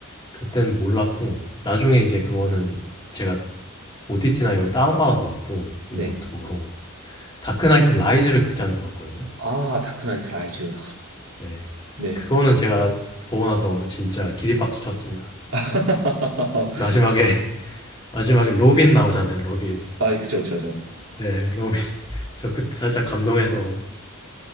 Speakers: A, on the left (about 20°); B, on the right (about 65°).
A: 그때는 몰랐고, 나중에 이제 그거는 제가 OTT나 이거 다운받아서 봤고, 이거
B: 네.
A: 노트북으로. 다크나이트 라이즈를 극장에서 봤거든요.
B: 아 다크나이트 라이즈
A: 네.
B: 네.
A: 그거는 제가 보고 나서 진짜 기립박수 쳤습니다.
B: <laughs>
A: 마지막에, <laughs> 마지막에 로빈 나오잖아요, 로빈.
B: 아 그죠 그죠 그죠.
A: 네, 로빈. <laughs> 저 그때 살짝 감동해서.